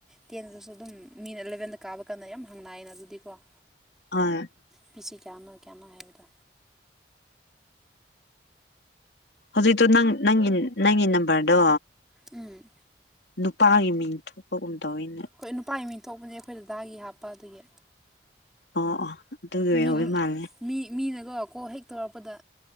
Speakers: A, in the centre; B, on the left.
A: ꯇꯦꯟꯗꯨꯁꯨ ꯑꯗꯨꯝ ꯃꯤꯅ ꯑꯦꯂꯕꯦꯟꯗ ꯀꯥꯕ ꯀꯥꯟꯗ ꯌꯥꯝ ꯍꯥꯡ ꯏꯅ ꯑꯗꯨ ꯀꯣ
B: ꯑ
A: ꯄꯁꯤ ꯀꯌꯥꯅꯣ ꯀꯌꯥꯅꯣ ꯍꯥꯏꯕꯗꯣ
B: ꯍꯧꯖꯤꯛꯇꯣ ꯅꯪ ꯅꯪꯒꯤ ꯅꯪꯒꯤ ꯅꯝꯕꯔꯗꯣ
A: ꯎꯝ
B: ꯅꯨꯄꯥꯒꯤ ꯃꯤꯡ ꯊꯣꯛꯄꯒꯨꯝ ꯇꯧꯑꯅꯦ
A: ꯈꯣꯏ ꯅꯨꯄꯥꯒꯤ ꯃꯤꯡ ꯊꯣꯛꯄꯅꯦ ꯑꯩꯈꯣꯏꯗꯗꯥꯒꯤ ꯍꯥꯞꯄ ꯑꯗꯨꯒꯤ
B: ꯑꯣ ꯑꯣ ꯑꯗꯨꯒꯤ
A: ꯃꯤ
B: ꯑꯣꯏ ꯃꯥꯜꯂꯦ
A: ꯃꯤ ꯃꯤꯅꯀꯣ ꯀꯣꯜ ꯍꯦꯛ ꯇꯧꯔꯛꯄꯗ